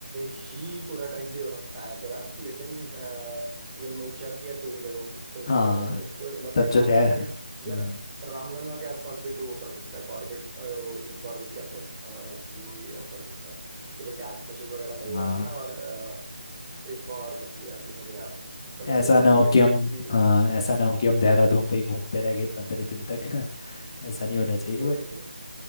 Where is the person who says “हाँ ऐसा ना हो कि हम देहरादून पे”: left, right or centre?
Left